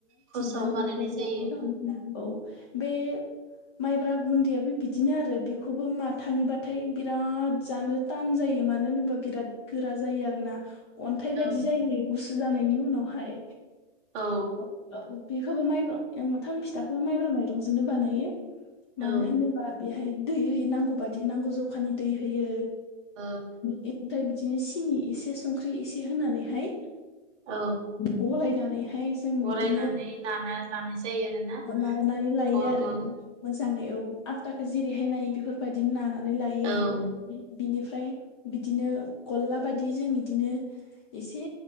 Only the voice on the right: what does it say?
खसआव
बानायनाय
जायो
औ
औ
औ
औ
औ
गलायनानै
नाना लानाय जायो आरोना
गल
गल
औ